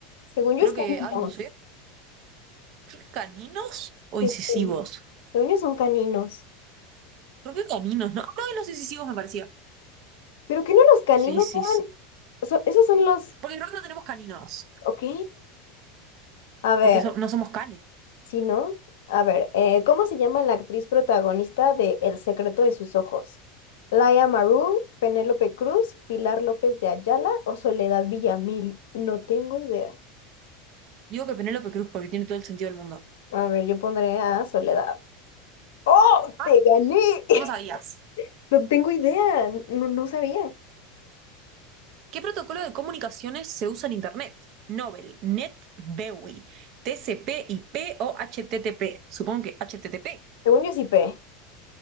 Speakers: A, on the left; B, on the right.
A: Según
B: Creo
A: yo es
B: que,
A: caninos.
B: ay, no sé. Creo que caninos o
A: Sí,
B: incisivos.
A: sí. Según yo son caninos.
B: Creo que caninos, ¿no? No, y los incisivos me parecía.
A: ¿Pero que no los caninos
B: Sí, sí,
A: eran?
B: sí.
A: so- esos son los...
B: Porque creo que no tenemos caninos.
A: Ok. A ver.
B: Porque so- no somos canes.
A: Sí, ¿no? A ver, eh, ¿cómo se llama la actriz protagonista de El secreto de sus ojos? ¿Laia Maru, Penélope Cruz, Pilar López de Ayala o Soledad Villamil? No tengo idea.
B: Digo que Penélope Cruz porque tiene todo el sentido del mundo.
A: A ver, yo pondré a Soledad. ¡Oh!
B: Ah,
A: ¡Te gané! <laughs>
B: ¿cómo sabías?
A: No tengo idea. No, no sabía.
B: ¿Qué protocolo de comunicaciones se usa en Internet? Nobel, NET, BEWI, TCP, IP o HTTP. Supongo que HTTP.
A: Según yo sí P.